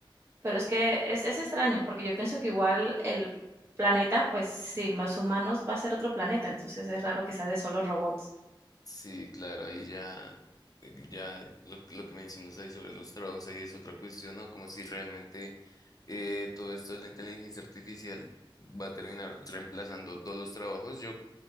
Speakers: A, on the right; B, on the left.
A: Pero es que es, es extraño, porque yo pienso que igual el planeta, pues sin los humanos va a ser otro planeta, entonces es raro que sea de solo robots.
B: Sí, claro, ahí ya, ya lo, lo que mencionas ahí sobre los trabajos, ahí es otra cuestión, ¿no? Como si realmente eh, todo esto de la inteligencia artificial va a terminar reemplazando todos los trabajos. Yo,